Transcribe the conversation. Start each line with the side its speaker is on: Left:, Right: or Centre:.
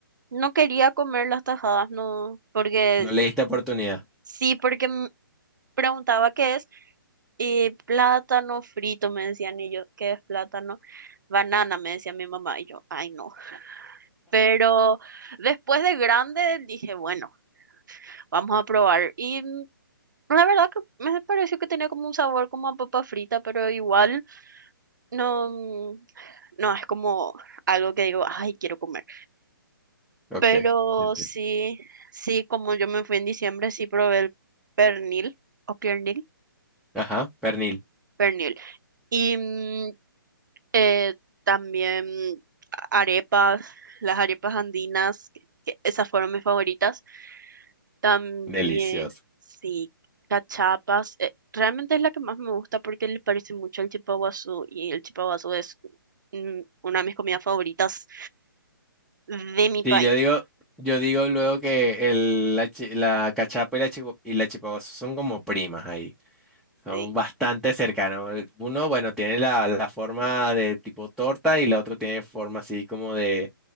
Right: no quería comer las tajadas, no, porque
Centre: No le diste oportunidad.
Right: sí, porque me preguntaba qué es. Y plátano frito, me decían, y yo, ¿qué es plátano? Banana, me decía mi mamá, y yo, ay no. Pero después de grande dije, bueno, vamos a probar. Y mm, la verdad que me pareció que tenía como un sabor como a papa frita, pero igual no, mm, no es como algo que digo, ay, quiero comer.
Centre: Ok,
Right: Pero
Centre: entiendo.
Right: sí, sí, como yo me fui en diciembre, sí probé el pernil, o piernil,
Centre: Ajá, pernil.
Right: pernil. Y mm, Eh, también arepas, las arepas andinas, que- que esas fueron mis favoritas. También,
Centre: Delicioso.
Right: sí, cachapas. eh, realmente es la que más me gusta porque le parece mucho al chipaguazú y el chipaguazú es mm, una de mis comidas favoritas de mi país.
Centre: Sí, yo digo, yo digo luego que el, la, chi- la cachapa y la, chihu- y la chihuahua son como primas ahí. Son
Right: Sí,
Centre: bastante cercanos. Eh, Uno, bueno, tiene la, la forma de tipo torta y la otra tiene forma así como de,